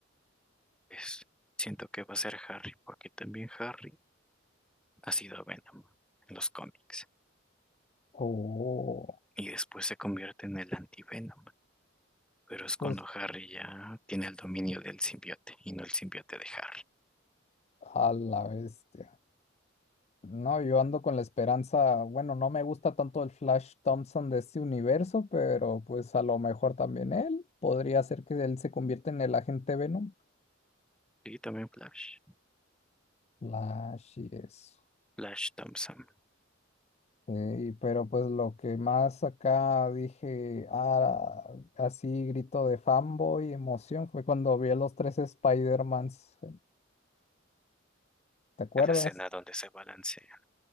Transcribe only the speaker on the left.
Oh,
pues
a la bestia. No, yo ando con la esperanza, bueno, no me gusta tanto el Flash Thompson de este universo, pero pues a lo mejor también él. Podría ser que él se convierta en el agente Venom.
Flash y eso.
Eh, y- pero pues lo que más acá dije, ah, así grito de fanboy, emoción, fue cuando vi a los tres Spider-Mans, ¿te acuerdas?